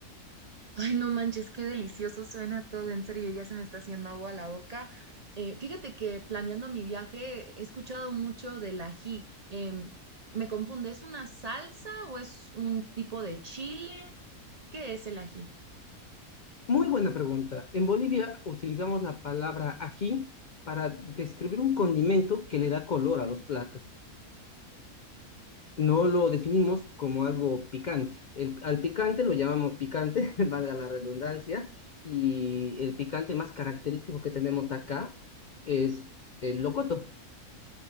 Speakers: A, on the right; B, on the left.
A: Ay, no manches, qué delicioso suena todo, en serio, ya se me está haciendo agua a la boca. Eh, fíjate que planeando mi viaje he escuchado mucho del ají. Em, me confunde, ¿es una salsa o es un tipo de chile? ¿Qué es el ají?
B: Muy buena pregunta. En Bolivia utilizamos la palabra ají para describir un condimento que le da color a los platos. no lo definimos como algo picante. El- al picante lo llamamos picante, <laughs> valga la redundancia, y el picante más característico que tenemos acá es el locoto.